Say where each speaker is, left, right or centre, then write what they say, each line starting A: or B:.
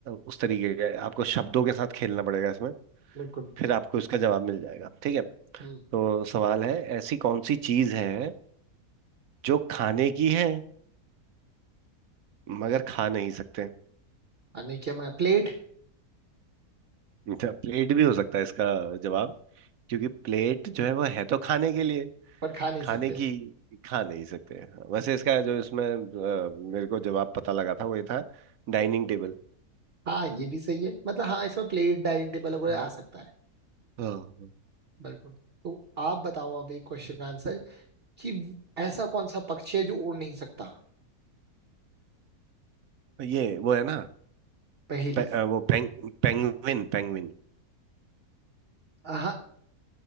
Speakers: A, on the right; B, on the right.
A: उस तरीके का है आपको शब्दों के साथ खेलना पड़ेगा इसमें
B: बिल्कुल
A: फिर आपको इसका जवाब मिल जाएगा ठीक है
B: हम्म
A: तो सवाल है ऐसी कौन सी चीज है जो खाने की है मगर खा नहीं सकते
B: आने क्या मैं प्लेट
A: अच्छा, प्लेट भी हो सकता है इसका जवाब क्योंकि प्लेट जो है वो है तो खाने के लिए
B: पर खा नहीं
A: खाने
B: सकते
A: की खा नहीं सकते वैसे इसका जो इसमें अ, मेरे को जवाब पता लगा था वो ये था डाइनिंग टेबल
B: हाँ ये भी सही है मतलब हाँ इसमें प्लेट डाइनिंग टेबल वगैरह
A: हाँ
B: आ सकता है
A: हाँ, हाँ।
B: बिल्कुल तो आप बताओ अब एक क्वेश्चन का आंसर कि ऐसा कौन सा पक्षी है जो उड़ नहीं सकता
A: ये वो है ना
B: पहेली
A: पे, अ, वो पेंग, पेंगविन पेंगविन
B: हाँ